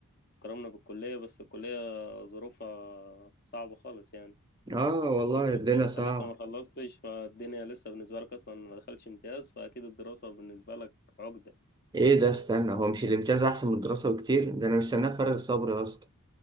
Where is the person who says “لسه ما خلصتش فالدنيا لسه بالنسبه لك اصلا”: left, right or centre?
Left